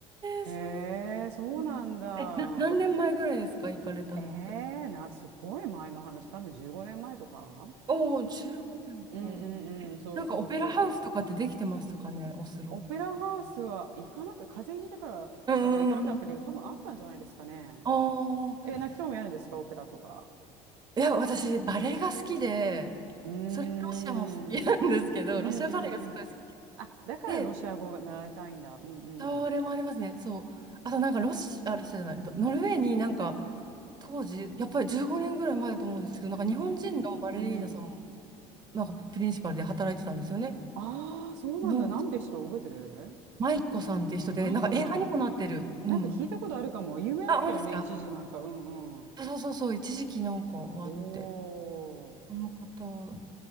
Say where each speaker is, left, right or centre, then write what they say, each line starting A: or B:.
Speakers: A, on the right; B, on the right.
A: ー、
B: へえ、
A: そう
B: そうなんだ。
A: なんだえ、な、何年前ぐらいですか行かれたのって。
B: ええ、な、すごい前の話、多分15年前とか
A: おお、15年か。
B: うんうんうん、そうそうそう。
A: なんかオペラハウスとかってできてましたかね、オスロ。
B: オペラハウスは行かなく、風邪ひいたから、
A: うんうんうんうん。
B: だから行かなかったけど、多分あったんじゃないですかね。
A: ああ。
B: え、な、興味あるんですか、オペラとか。
A: いや、私、バレエが好きで、
B: うーん、
A: それ、ロシアも好きなんですけど、
B: うんうんうん。
A: ロシアバレエがすごい好き
B: あ、だからロシア語が習いたいんだ。
A: で、
B: うんうん。
A: それもありますね、そう。あと、なんか、ロシア、あ、ロシアじゃない、うんとノルウェーになんか、当時、やっぱり15年ぐらい前だと思うんですけど、なんか、日本人のバレリーナさんも、
B: うん、うん。
A: なんか、プリンシパルで働いてたんですよね。
B: ああ、そうなんだ。
A: うん。
B: なんで人覚えてる
A: マイコさんっていう人で、
B: マイコさん。
A: なんか、映画にもなってる。うん。
B: なんか聞いたことあるかも。有名だったよね、
A: あ、本当ですか
B: 一時なんか。うんうん。
A: そうそうそう、一時期なんかはあって、
B: おー。
A: その方、